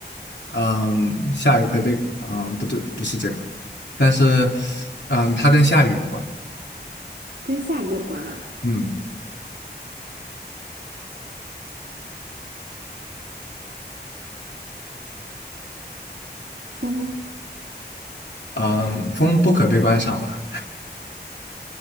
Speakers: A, on the left; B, on the right.
A: 嗯，下雨可以被，嗯，不对，不是这个，但是，嗯，它跟下雨有关。
B: 跟下雨有关啊。
A: 嗯，
B: 风、
A: 嗯，风不可被关上吧？